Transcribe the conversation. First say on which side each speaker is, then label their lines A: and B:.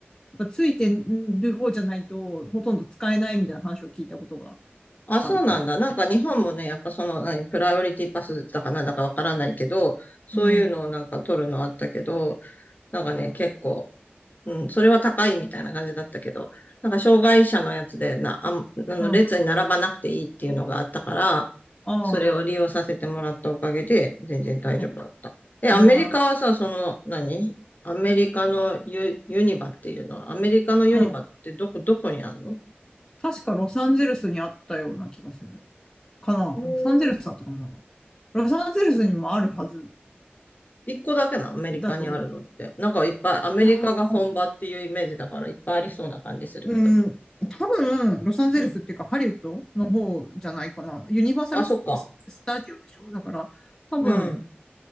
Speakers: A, on the left (about 15°); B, on the left (about 45°).
A: ぱついてる方じゃないとほとんど使えないみたいな話を聞いたことが
B: あ、そうなんだ。
A: あるかな。
B: なんか日本もね、やっぱその、何、プライオリティパスだかなんだかわからないけど、そういうのをなんか取るのあったけど、
A: うん。う
B: なんかね、結構、うん、それは高いみたいな感じだったけど、なんか障害者のやつでな、あん、あの列に並ばなくていいっていうのがあったから、
A: ん。ああ。
B: それを利用させてもらったおかげで、全然大丈夫だった。
A: あ、それは
B: え、アメリカはさ、その、何アメリカのユ、ユニバっていうのは、アメリカのユニバってどこ、
A: 楽、うん。
B: どこにあるの
A: 確かロサンゼルスにあったような気がする。かなロサンゼルスだったかな
B: えー
A: ロサンゼルスにもあるはず
B: 一個だけなの、アメリカにあるのって。
A: だと、
B: なんかいっぱい、アメリカが本場っていうイメージだからいっぱいありそうな感じするけど。
A: いやー、うん、多分、ロサンゼルスっていうか、
B: うん。
A: ハリウッドの方じゃないかな。ユニバーサルス、
B: あ、そっか。
A: ススタジオでしょだから、多分、
B: うん。